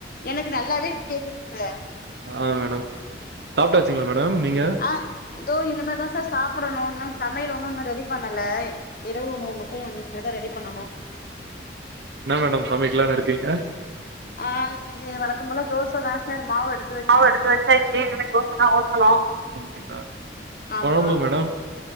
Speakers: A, on the left; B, on the right.
A: எனக்கு நல்லாவே கேக்குது சார்
B: ஆ மேடம் சாப்ட்டாச்சிங்களா மேடம் நீங்க
A: ஆ தோ இனிமதா சார் சாப்படணு இன்னு சமையல் ஒன்னு இன்னு ரெடி பண்ணல இரவு உணவு மட்டு வந்து இனிமேதா ரெடி பண்ணணு
B: என்ன மேடம் சமைக்கலான் இருக்கீங்க
A: ஆ இன்னைக்கு வழக்கம்போல தோச தா சார் மாவு எடு
B: மாவு எடுத்து வச்சாச்சு இனிம தோசதா ஊத்தணு அப்டியா
A: ஆமா
B: கொழம்பு மேடம்